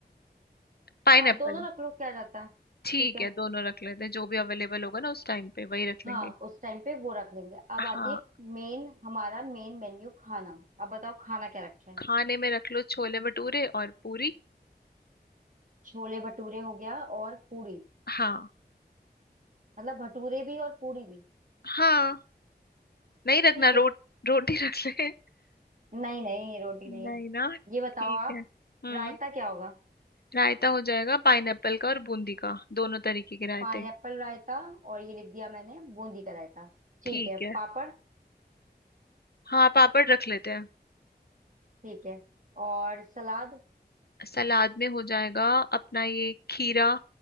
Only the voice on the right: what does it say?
पा, दोनों रख लो क्या जाता है
ठीक है
हाँ
उस टाइम पे वो रख लेंगे अब आती
है मेन हमारा मेन मेन्यू खाना अब बताओ खाना क्या रखें
छोले भटूरे हो गया और पूरी
मतलब भटूरे भी और पूरी भी
ठीक है
नहीं नहीं
रोटी
नहीं
ये बताओ
आप
रायता क्या होगा
पाइनएप्पल रायता और ये लिख दिया मैंने बूंदी का रायता ठीक
है
पापड़
ठीक है और सलाद